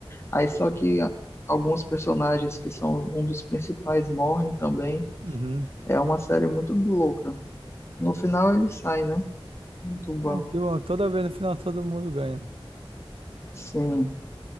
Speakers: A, on the left (about 30°); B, on the right (about 75°).
A: Aí só que a- alguns personagens que são um dos principais morrem também.
B: uhum.
A: É uma série muito louca. No final ele sai, né, do banco.
B: É, que bom, toda vez no final todo mundo ganha.
A: Sim.